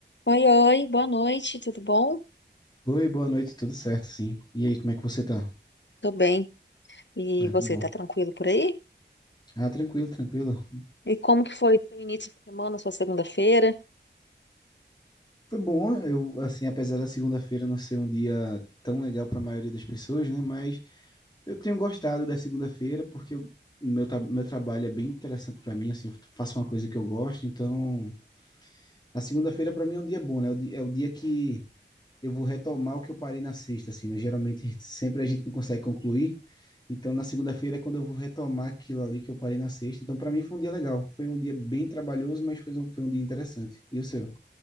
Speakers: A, on the left (about 70°); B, on the left (about 20°).
A: Oi, oi, boa noite, tudo bom?
B: Oi, boa noite, tudo certo, sim. E aí, como é que você tá?
A: Tô bem. E
B: Ah,
A: você,
B: que bom.
A: tá tranquilo por aí?
B: Ah, tranquilo, tranquilo.
A: E como que foi seu início de semana, sua segunda-feira?
B: Foi bom, eu, assim, apesar da segunda-feira não ser um dia tão legal para a maioria das pessoas, né? Mas eu tenho gostado da segunda-feira porque eu- meu, tra- meu trabalho é bem interessante para mim, assim, eu faço uma coisa que eu gosto, então a segunda-feira para mim é um dia bom, né? É o di- é o dia que eu vou retomar o que eu parei na sexta, assim, né? Geralmente, sempre a gente não consegue concluir. Então, na segunda-feira é quando eu vou retomar aquilo ali que eu parei na sexta. Então, para mim foi um dia legal. Foi um dia bem trabalhoso, mas foi um, foi um dia interessante. E o seu?